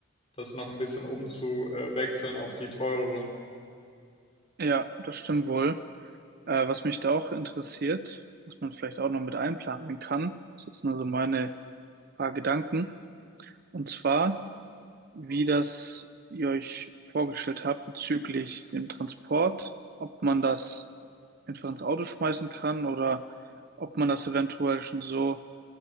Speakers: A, on the left; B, on the right.
A: das noch ein bisschen umzuwechseln auf die teureren.
B: Ja, das stimmt wohl. Äh, was mich da auch interessiert, was man vielleicht auch noch mit einplanen kann, das ist jetzt nur so meine paar Gedanken. Und zwar, wie das ihr euch vorgestellt habt bezüglich dem Transport, ob man das einfach ins Auto schmeißen kann oder ob man das eventuell schon so